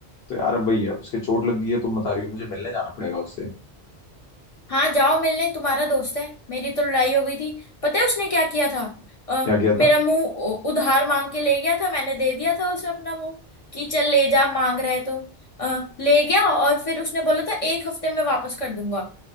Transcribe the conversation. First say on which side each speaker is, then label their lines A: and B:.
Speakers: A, on the left; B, on the left.
A: तो यार अब वही है अब उसके चोट लग गई है तुम बता रही हो मुझे मिलने जाना पड़ेगा उससे
B: हाँ जाओ मिलने तुम्हारा दोस्त है मेरी तो लड़ाई हो गई थी पता है उसने क्या किया था अ,
A: क्या किया
B: मेरा
A: था
B: मुंह उ- उधार मांग के ले गया था मैंने दे दिया था उसे अपना मुंह कि चल ले जा मांग रहा है तो अ, ले गया और फिर उसने बोला था एक हफ्ते में वापस कर दूंगा